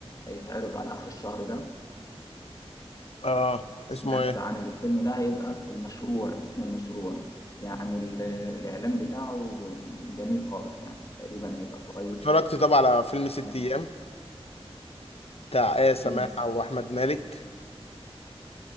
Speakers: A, on the left; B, on the left.
A: هيتعرض على اخر الشهر ده
B: اه
A: سمعت
B: اسمه ايه
A: عن الفيلم ده هيبقى المشروع اسم المشروع يعني ال- الإعلان بتاعه جميل خالص يعني تقريبا هيبقى كويس
B: اتفرجت طبعا على فيلم ست
A: يعني
B: ايام بتاع آية سماحة
A: فيلم س-
B: وأحمد مالك